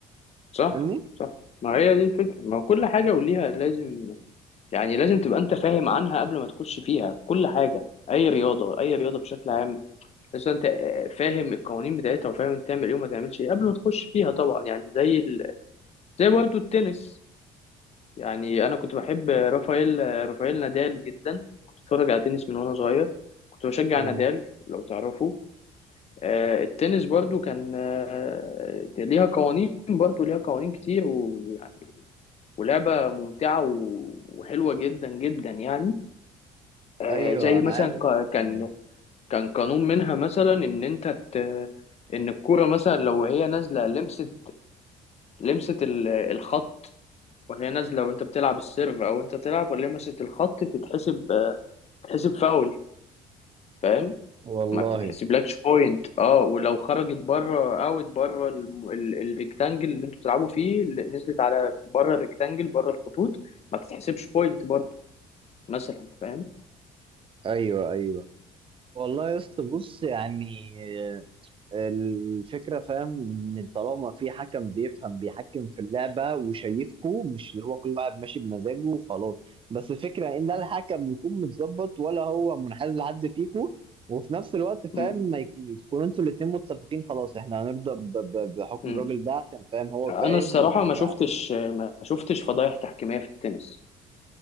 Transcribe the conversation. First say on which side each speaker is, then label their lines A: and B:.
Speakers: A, on the left; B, on the right.
A: صح
B: فاهمني؟
A: صح ما هي دي الفكرة ما هو كل حاجة وليها لازم يعني لازم تبقى انت فاهم عنها قبل ما تخش فيها كل حاجة اي رياضة اي رياضة بشكل عام بس انت آه، فاهم القوانين بتاعتها وفاهم انت تعمل ايه وما تعملش ايه قبل ما تخش فيها طبعا يعني زي ال... زي برضو التنس يعني انا كنت بحب رافائيل آه، رافائيل نادال جدا كنت اتفرج على تنس من وانا صغير كنت بشجع
B: آه.
A: نادال لو تعرفه آه، التنس برضو كان آه، ليها قوانين برضو ليها قوانين كتير ويعني ولعبة ممتعة و- وحلوة جدا جدا يعني آه،
B: ايوه
A: زي
B: انا
A: مثلا
B: عارف
A: ق- كان
B: آه.
A: كان قانون منها مثلا ان انت ت... ان الكوره مثلا لو هي نازله لمست لمست ال- الخط وهي نازله وانت بتلعب السيرف او انت تلعب ولمست الخط تتحسب تتحسب فاول فاهم
B: والله
A: ما بتتحسبلكش بوينت اه ولو خرجت بره اوت بره الم- ال- الريكتانجل اللي انتوا بتلعبوا فيه اللي نزلت على بره الريكتانجل بره الخطوط ما تتحسبش بوينت برضه مثلا فاهم
B: ايوه ايوه والله يا اسطى بص يعني آه، الفكرة فاهم ان طالما في حكم بيفهم بيحكم في اللعبة وشايفكو مش اللي هو كل واحد ماشي بمزاجه وخلاص بس الفكرة ان ده الحكم يكون متظبط ولا هو منحاز لحد فيكو وفي نفس الوقت
A: مم.
B: فاهم ما يك- تكونوا انتوا الاتنين متفقين خلاص احنا هنرضى ب- ب- بحكم
A: مم.
B: الراجل ده عشان فاهم هو
A: انا
B: فاهم
A: الصراحه
B: وهو
A: ما شفتش ما شفتش فضايح تحكيميه في التنس